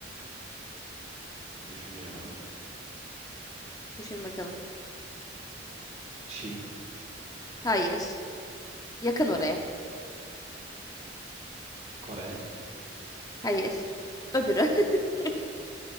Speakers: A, on the right; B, on the left.
A: düşünüyorum.
B: Düşün bakalım.
A: Çin,
B: Hayır. Yakın
A: ee,
B: oraya.
A: Kore,
B: Hayır. Öbürü. <laughs>